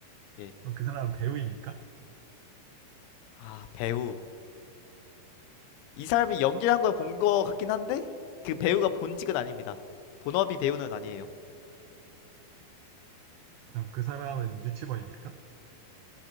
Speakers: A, on the left; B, on the right.
A: 예.
B: 그럼 그 사람은 배우입니까?
A: 아, 배우. 이 사람이 연기를 한 걸 본 거 같긴 한데 그 배우가 본직은 아닙니다. 본업이 배우는 아니에요.
B: 그럼 그 사람은 유튜버입니까?